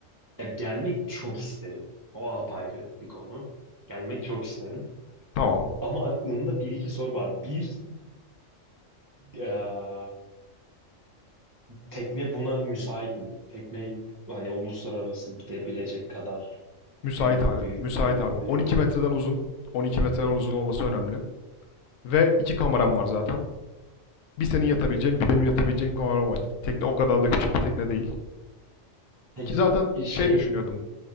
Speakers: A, on the right (about 35°); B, on the left (about 75°).
A: Ya gelmek çok isterim. O apayrı bir konu. Gelmek çok isterim.
B: Tamam.
A: Ama aklımda bir iki soru var. Bir, eee, tekne buna müsait mi? Tekne hani uluslararası gidebilecek kadar
B: Müsait
A: büyük
B: abi.
A: büyük,
B: Müsait
A: büyük
B: abi.
A: mü?
B: 12 metreden uzun. 12 metreden uzun olması önemli. Ve iki kameram var zaten. Bir senin yatabileceğin, bir benim yatabileceğim kameram var. Tekne o kadar da küçük bir tekne değil.
A: Peki
B: Ki zaten
A: şey
B: şey düşünüyordum.